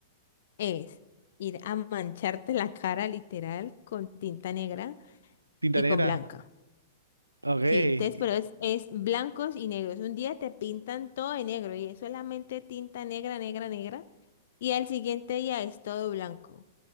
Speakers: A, on the left (about 50°); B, on the right (about 80°).
A: es ir a mancharte la cara literal con tinta negra
B: ¿Tinta
A: y
B: negra?
A: con blanca.
B: Ok.
A: Sí, entonces, pero es, es blancos y negros. Un día te pintan todo de negro y es solamente tinta negra, negra, negra. Y al siguiente día es todo blanco.